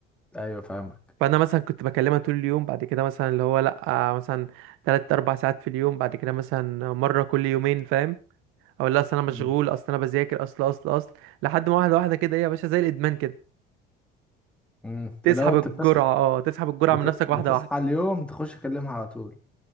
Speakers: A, in the centre; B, on the right (about 75°).
A: ايوه فاهمك
B: فانا مثلا كنت بكلمها طول اليوم بعد كده مثلا اللي هو لا آه، مثلا تلات اربع ساعات في اليوم بعد كده مثلا مره كل يومين فاهم اقول لها اصل انا
A: مم.
B: مشغول اصل انا بذاكر اصل اصل اصل لحد ما واحده واحده كده ايه يا باشا زي الادمان كده
A: مم.
B: تسحب
A: لو انت
B: الجرعه
A: بتصحى
B: اه تسحب الجرعه
A: بت...
B: من نفسك
A: بتصحى
B: واحده واحده
A: اليوم تخش تكلمها على طول